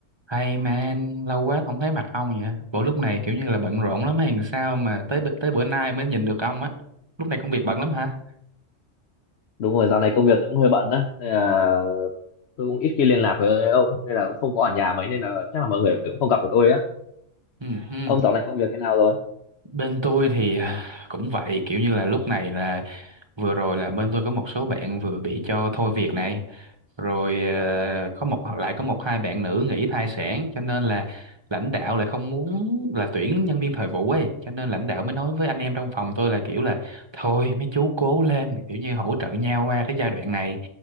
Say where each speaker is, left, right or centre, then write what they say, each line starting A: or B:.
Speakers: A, on the right; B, on the left.
A: Hay man, lâu quá không thấy mặt ông nhỉ? Bộ lúc này kiểu như là bận rộn lắm hay sao mà tới bữa- tới bữa nay mới nhìn được ông á. Lúc này công việc bận lắm hả?
B: đúng rồi dạo này công việc cũng hơi bận đó nên là tôi cũng ít khi liên lạc với ông nên là cũng không có ở nhà mấy nên là chắc là mọi người cũng không gặp được tôi á
A: Ừ, hừ.
B: ông dạo này công việc thế nào rồi
A: Bên tôi thì à, cũng vậy, kiểu như là lúc này là vừa rồi là bên tôi có một số bạn vừa bị cho thôi việc này. rồi ờ,
B: à,
A: có một lại có một hai bạn nữ nghỉ thai sản cho nên là lãnh đạo lại không muốn là tuyển nhân viên thời vụ ấy cho nên lãnh đạo mới nói với anh em trong phòng tôi là kiểu là thôi mấy chú cố lên kiểu như hỗ trợ nhau qua cái giai đoạn này